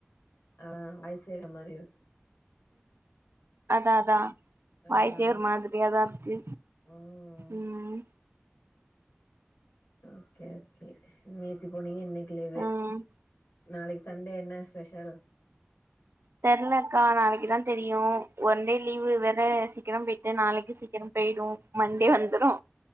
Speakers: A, on the left (about 65°); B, on the right (about 65°).
A: ஆ வையிஸ் செரியா மாரி இரு
B: அதா அதா வாயிசே
A: அதா
B: ஒரு மாதிரியா தா இருக்கு
A: ம்
B: உம்
A: ஓகே ஓகே நேத்தி போனீங்க இன்னைக்கு லீவு
B: ம்
A: நாளைக்கு சண் டே என்ன ஸ்பெஷல்
B: தெர்ல்லக்கா நாளைக்கி தா தெரியு ஒன் டே லீவு வே ற சீக்கிரோ போயிட்டு நாளைக்கு சீக்கிரோ போயிடு மண் டே வந்துரு